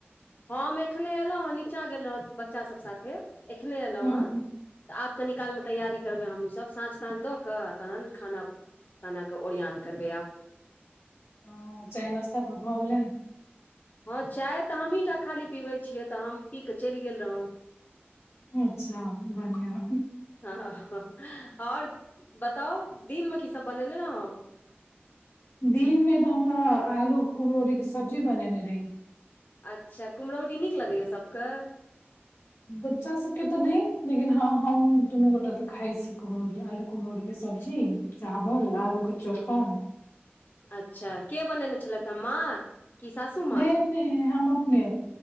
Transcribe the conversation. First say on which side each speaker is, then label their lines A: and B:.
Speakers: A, on the left; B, on the left.
A: हम- हम एखने एयलहुँ हेँ नीचाँ गेल रहौ बच्चा सब साथे एखने अयलहुँ
B: हूँ
A: हें।
B: हूँ
A: तऽ आब कनि काल में तैयारी करबै हमहूँसब साँझ- ताँझ दऽ कऽ तखन खाना ताना के ओरियान करबै आब।
B: ह चाय नस्ता भऽ गेलै।
A: हँ चाय तऽ हमहीं टा खाली पीबै छियै, तऽ हम पी कऽ चलि गेल रहौं।
B: अच्छा बढ़ियां
A: हँ और। बताउ दिन में की सब बनेनेे रहौं।
B: दिन में तऽ हमरा आलू कुम्हरौरी के सब्जी बनेने रही।
A: अच्छा कुम्हराउरी नीक लगैएा सभके।
B: बच्चा सबके तऽ नै, लेकिन हँ हम दुनू गोटा तऽ खाइ छी कुम्हरोरी आलू। कुम्हरोरी के सब्जी चावल आलू के चोखा।
A: अच्छा के बनेने छलेत हे माँ, कि सासू
B: नै -नै हम अपने।